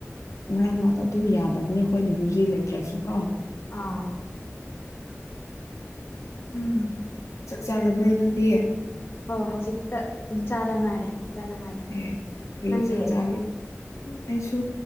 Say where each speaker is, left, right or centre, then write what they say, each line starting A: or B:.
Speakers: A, on the left; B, on the left.
A: ꯃꯔꯥ ꯃꯔꯅꯥꯛꯇ ꯑꯗꯨꯝ ꯌꯥꯗꯕꯅꯦ ꯑꯩꯈꯣꯏꯅ ꯌꯨꯖꯤ ꯂꯩꯇ꯭ꯔꯁꯨ ꯑꯣ
B: ꯑꯥ ꯎꯝ
A: ꯆꯥꯛ ꯆꯥꯔꯕ꯭ꯔꯣ ꯅꯪꯗꯤ
B: ꯍꯣꯏꯣꯏ ꯍꯧꯖꯤꯛꯇ ꯆꯥꯗ ꯉꯥꯏꯔꯦ ꯆꯥꯗ ꯉꯥꯏꯔꯦ
A: ꯑꯦ ꯀꯔꯤ
B: ꯅꯪꯗꯦ
A: ꯏꯟꯁꯥꯡ ꯆꯥꯕꯤ ꯑꯩꯁꯨ